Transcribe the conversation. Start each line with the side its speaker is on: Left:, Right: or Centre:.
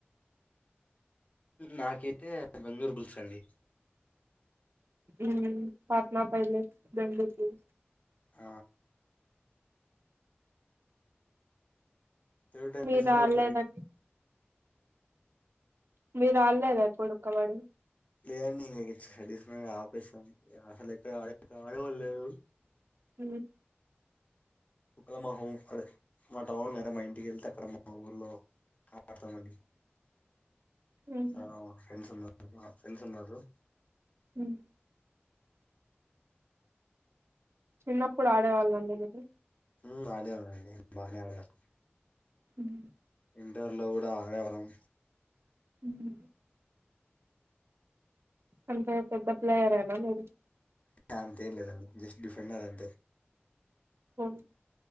Left: నాకైతే బెంగుళూర్ బుల్స్ అండి
Right: మ్మ్ పాట్నా పైరేట్స్ బెంగళూర్ బుల్స్
Left: ఆ త్రి డేస్
Right: మీరు
Left: లో
Right: ఆడలేదండి
Left: ఫ్రీ
Right: మీరు ఆడలేదా ఎప్పుడు కబడ్డీ
Left: లేదండి ఇంక స్టడీస్ ఆపేశాం అసలు ఎక్కడ ఆడడం లేదు
Right: మ్మ్
Left: అక్కడ మా హోమ్ అదే మా టౌన్ అదే మా ఇంటికి వెళ్తే అక్కడ మా ఊర్లో అంతమంది
Right: హ్మ్
Left: మా ఫ్రెండ్స్ ఉన్నారు మా ఫ్రెండ్స్ ఉన్నారు
Right: మ్మ్ చిన్నప్పుడు ఆడేవాళ్ళ అండి మీరు
Left: మ్మ్ ఆడాను అండి బాగా ఆడాను
Right: మ్మ్
Left: ఇంటర్లో కూడా ఆడేవాళ్ళం
Right: మ్మ్ అంటే పెద్ద ప్లేయరా మీరు
Left: అంతేంలేదండి జస్ట్ డిఫెండర్ అంతే
Right: ఓ